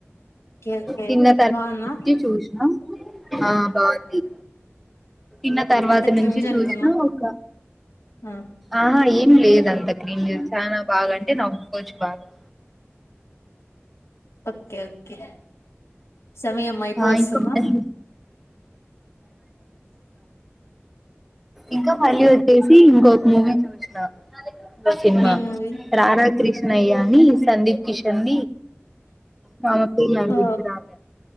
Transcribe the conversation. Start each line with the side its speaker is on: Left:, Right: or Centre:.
Left: ఓకే ఓకే
Centre: తిన్న తర్వాత
Left: బాగున్నా
Centre: ఇ చూసిన ఆ బాగుంది తిన్న తర్వాత
Left: అంత క్రింజ్
Centre: నుంచి చూసిన
Left: అనుకున్నా
Centre: ఒక
Left: ఆ
Centre: ఆహా ఏం లేదు అంత క్రీమ్ చనా బాగా అంటే నవ్వు ఒప్పుకోవచ్చు బాగా నో సౌండ్
Left: ఓకే ఓకే సమయం అయిపో
Centre: ఆ
Left: వస్తుందా
Centre: ఇంకా మళ్ళీ ఇంకా మళ్ళీ వచ్చేసి ఇంకొక మూవీ చూసిన ఒక సినిమా
Left: ఏ మూవీ
Centre: రధా కృష్ణ అయ్యా అని సందీప్ కిషన్ రామ
Left: ఓ
Centre: రాల